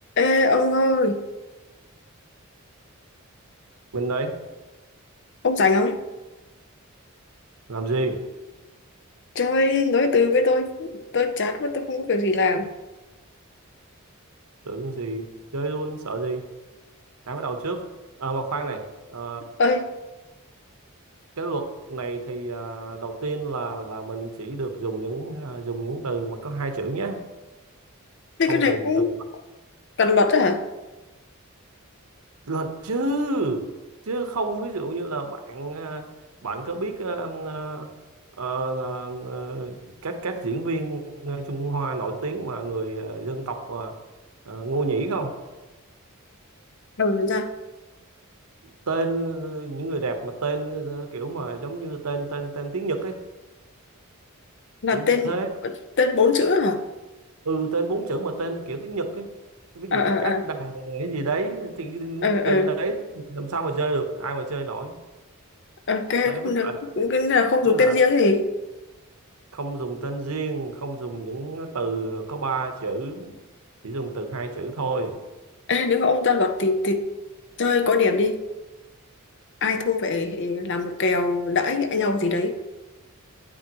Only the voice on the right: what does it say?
Mình đây,
làm gì?
Tưởng gì? Chơi luôn, sợ gì? Ai bắt đầu trước? À, mà khoan này, ờ,
cái luật này thì à, đầu tiên là là mình chỉ được dùng những à, dùng những từ mà có hai chữ nhé, không
dùng
từ
luật chứ, chứ không ví dụ như là bạn à, bạn có biết à, à, à, à, à, các các diễn viên à, Trung Hoa nổi tiếng mà người à, dân tộc à, à, Ngô Nhĩ không?
tên ờ, những người đẹp mà tên ờ, kiểu mà giống như tên tên tên tiếng Nhật ấy
kiểu như
thế
ừ tên bốn chữ mà tên kiểu tiếng Nhật ấy ví
dụ
như các
đằng cái gì đấy thì
từ
đấy làm sao mà chơi được ai mà chơi nổi
đấy với
lại
với
lại
không dùng tên riêng không dùng những từ có ba chữ chỉ dùng từ hai chữ thôi